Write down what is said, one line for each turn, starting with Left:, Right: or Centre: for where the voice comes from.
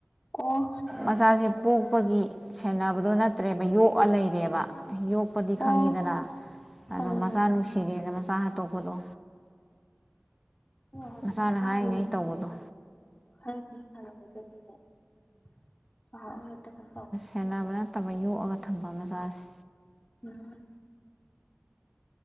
Left: ꯑꯣ
Centre: ꯃꯆꯥꯁꯦ ꯄꯣꯛꯄꯒꯤ ꯁꯦꯟꯅꯕꯗꯣ ꯅꯠꯇ꯭ꯔꯦꯕ ꯌꯣꯛꯑ ꯂꯩꯔꯦꯕ ꯌꯣꯛ ꯄꯗꯤ ꯈꯪꯉꯤꯗꯅ
Left: ꯑꯣ ꯐꯔꯦ
Centre: ꯑꯗꯣ ꯃꯆꯥ ꯅꯨꯡꯁꯤꯔꯦꯅ ꯃꯆꯥ ꯍꯥꯇꯣꯛꯄꯗꯣ
Left: ꯍꯧꯖꯤꯛ
Centre: ꯃꯆꯥꯅ
Left: ꯀꯟ ꯑꯉꯥꯡ
Centre: ꯍꯥꯏꯔꯤꯉꯩ ꯇꯧꯕꯗꯣ
Left: ꯑꫭꯏꯃꯜꯂꯤꯅꯦ <unintelligible>
Centre: ꯁꯦꯟꯅꯕ ꯅꯠꯇꯕ ꯌꯣꯛꯑꯒ ꯊꯝꯕ ꯃꯆꯥꯁꯦ
Left: <unintelligible>